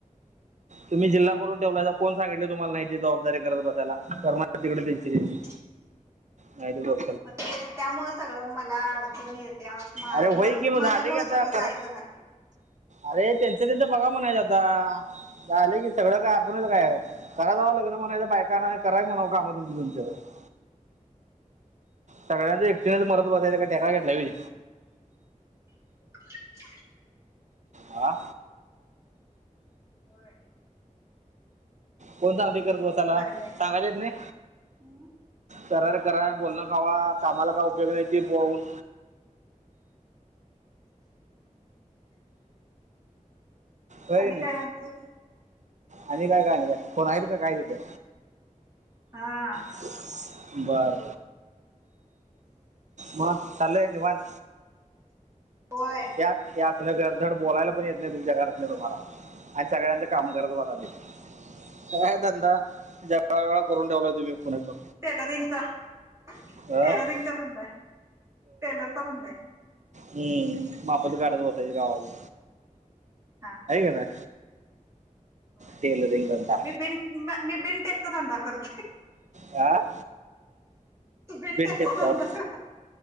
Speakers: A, on the right; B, on the right.
A: <inaudible>
B: तुम्ही जिल्हा करून ठेवलायसा कोण सांगितलय तुम्हाला नाही ते जबाबदारी करत बसायला करणात का तिकड तेंच तेंची.
A: <inaudible>
B: हाईत बघ.
A: मग ते त्यामुळच सगळं मला अडचण येत्या मग
B: अरे होय
A: मद
B: की मग
A: माझ्या
B: झालं
A: मुळ
B: की आता
A: सगळं
B: कर
A: जायचं राहतय.
B: अरे त्यांचं त्यांचं बघा म्हणायचं आता झाल की सगळं काय आपणच काय? करा जावा लग्न म्हणायच बायकां आना आणि कराकी म्हणाव कामं तुमची तुमचं - सगळ्यांच एकटीनच मरत बसायचं काय ठेका घेतलाय होय.
A: <inaudible>
B: आं
A: होय.
B: कोण सांगतंय करत बसायला
A: पर्याय
B: सांगायला येत न्हई.
A: हम्म
B: करार करा बोलणं खावा कामाला काय उपयोग नाहीती पउन
A: <inaudible>
B: होय
A: आणि
B: कणी.
A: काय म्हणतो होय
B: आणि काय काय आणि कोण हायत का काय तिथ.
A: हां.
B: बरं बर मग चाललय निवांत.
A: होय.
B: ह्या ह्या असलं घरधड बोलायला पण येत नाही तुमच्या घरात नाही तुम्हाला आणि सगळ्यांच कामगारात वाली काय धंदा जगा वेगळा करून ठेवलाय तुम्ही पुणे कर
A: टेलरिंगचा टेलरिंगचा
B: पुण्यात
A: धंदा हाय टेलरचा धंदा हाय.
B: हम्म मापच काढत बसायची गावाची.
A: हां हां.
B: वय
A: होय
B: टेलरिंग धंदा
A: मी मी बिनटेपचाधंदा करत
B: आह
A: बीन टेकता
B: टेपटॉप
A: धंदा